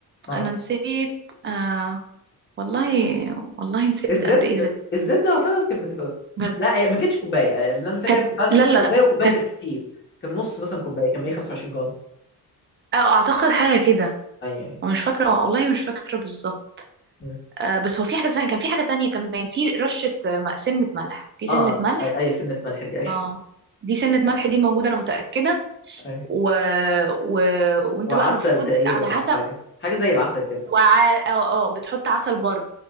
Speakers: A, on the left; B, on the right.
A: اه
B: انا نسيت آه والله والله نسيت
A: الزبد
B: قد ايه زبدة
A: الزبدة اعتقد كانت بتبقى
B: بجد.
A: لا هي ما كانتش كوباية اللي انا فاكر
B: كانت
A: كنت عايز
B: لا
A: احط
B: لا
A: كوباية وكوباية كانت كتير كان نص مثلا كوباية كان 125 جرام
B: اه اعتقد حاجه كده
A: ايوه ايوه
B: هو مش فاكره والله مش فاكره بالظبط
A: مم.
B: آه بس هو في حاجه ثانيه كان في حاجه تانية كمان في رشه آه، م- سنه ملح في سنه
A: اه
B: ملح
A: اي اي سنة ملح دي ايوه
B: اه دي سنه ملح دي موجوده انا متاكده
A: ايوه
B: و... و... وانت
A: وعسل
B: بقى المفروض
A: تقريبا
B: على حسب
A: او حاجة حاجة زي العسل كده
B: وع... اه اه بتحط عسل برضه